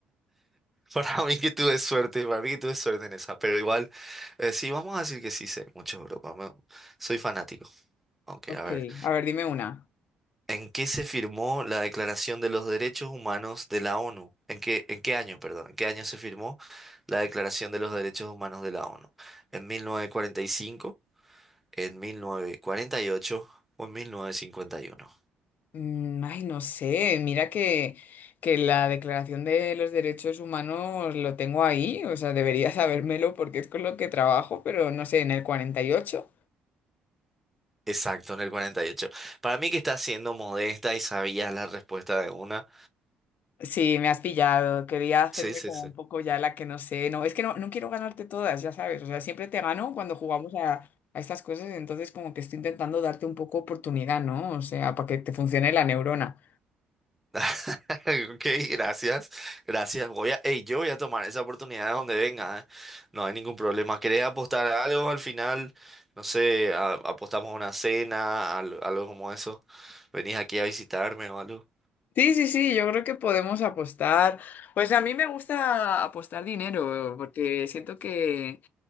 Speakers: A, in the centre; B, on the left.
A: Para mí que tuve suerte, para mí que tuve suerte en esa, pero igual, eh, sí, vamos a decir que sí sé mucho, bro. vamos, Soy fanático. Ok,
B: Ok,
A: a ver.
B: a ver, dime una.
A: ¿En qué se firmó la Declaración de los Derechos Humanos de la ONU? ¿En qué, en qué año, perdón? ¿En qué año se firmó la Declaración de los Derechos Humanos de la ONU? ¿En 1945, en 1948 o en 1951?
B: Mm, Ay, no sé, mira que, que la Declaración de los Derechos Humanos lo tengo ahí, o sea, debería sabérmelo porque es con lo que trabajo, pero no sé, en el cuarenta y ocho
A: Exacto, en el 48. Para mí que estás siendo modesta y sabías la respuesta de una.
B: Sí, me has pillado. Quería hacerme
A: Sí, sí,
B: como
A: sí.
B: un poco ya la que no sé. No, es que no, no quiero ganarte todas, ya sabes. O sea, siempre te gano cuando jugamos a, a estas cosas, entonces como que estoy intentando darte un poco oportunidad, ¿no? O sea, para que te funcione la neurona.
A: <laughs> Ok, gracias, gracias. Voy a, ey, yo voy a tomar esa oportunidad de donde venga, ¿eh? No hay ningún problema. ¿Querés apostar a algo al final? No sé, a- apostamos a una cena, al- algo como eso. ¿Venís aquí a visitarme o algo?
B: Sí, sí, sí, yo creo que podemos apostar. Pues a mí me gusta apostar dinero, porque siento que